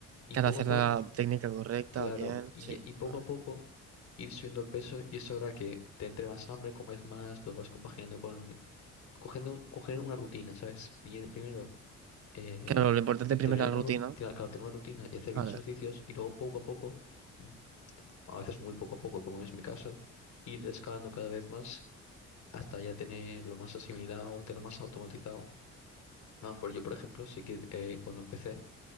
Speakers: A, on the left; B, on the right.
A: Y
B: Claro,
A: poco
B: hacer
A: a po-
B: la técnica correcta,
A: Claro,
B: bien,
A: y,
B: sí,
A: y poco
B: vale.
A: a poco ir subiendo el peso y eso hará que te entre más hambre, comes más, lo vas compaginando con... eh, Cogiendo, un- coger una rutina, ¿sabes? Pri- Primero, eh,
B: Claro, lo importante
A: te- tener
B: primero es
A: una,
B: la rutina,
A: ru- te- claro, tener una rutina y hacer
B: vale.
A: bien los ejercicios y luego poco a poco, mm, a veces muy poco a poco, como es mi caso, ir escalando cada vez más hasta ya tener lo más asimilado, tener lo más automatizado. Vamos, por yo, por ejemplo, sí que eh, cuando empecé